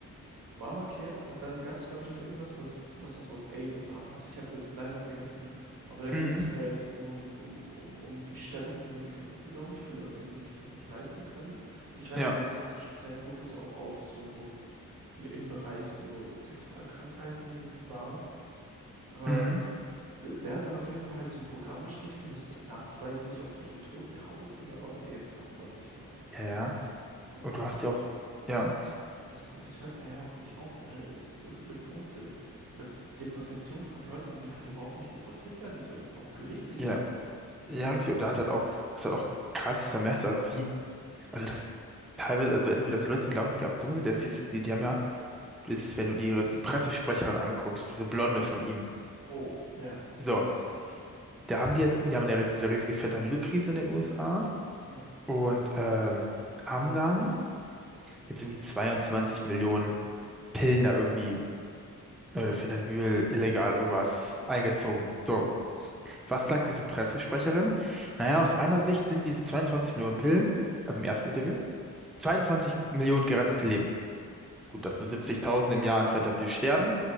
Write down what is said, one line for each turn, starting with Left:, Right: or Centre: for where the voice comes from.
Right: Obamacare und dann gab es, glaube ich, noch irgendwas, was, was das Wort Aid im Namen hatte. Ich habe es jetzt leider vergessen, aber da ging
Centre: Mhm,
Right: es halt um, um, um, um die Stellung von Medikamenten, glaube ich, für Leute, die sich das nicht leisten können. Und ich weiß
Centre: ja,
Right: nicht, ob das dann so einen speziellen Fokus auch auf so im im Bereich so Sexualkrankheiten war, aber
Centre: mhm,
Right: d- der hat da auf jeden Fall halt so ein Programm gestrichen, was t- nachweislich auch für den Tod tausender Leute jetzt verantwortlich war.
Centre: ja, ja.
Right: Und
Centre: Und du hast ja auch, ja,
Right: Das, und das hört da ja auch nicht auf, ne? Es so viele Punkte oder die Deportation von Leuten, die halt überhaupt nicht deportiert werden dürfen, auch gerichtlich
Centre: ja,
Right: sogar.
Centre: ja, richtig. Und da hat halt auch, was halt auch krass ist, da merkst du einfach, wie, also das teilweise, also entweder, dass Leute die glauben, wirklich einfach dumm sind, das hier ist jetzt, die, die haben ja ist, wenn du dir die Pressesprecherin anguckst, diese Blonde von ihm.
Right: Oh, Ja,
Centre: So, da haben die jetzt, irgendwie, die haben ja diese riesige Fentanyl-Krise in den USA
Right: ja.
Centre: und ähm, haben dann jetzt irgendwie 22 Millionen Pillen da irgendwie äh, oder Fentanyl illegal irgendwas eingezogen. So, was sagt diese Pressesprecherin? Naja, aus meiner Sicht sind diese 22 Millionen Pillen, also im ersten Interview, 22 Millionen gerettete Leben. Gut, dass nur 70.000 im Jahr an Fentanyl sterben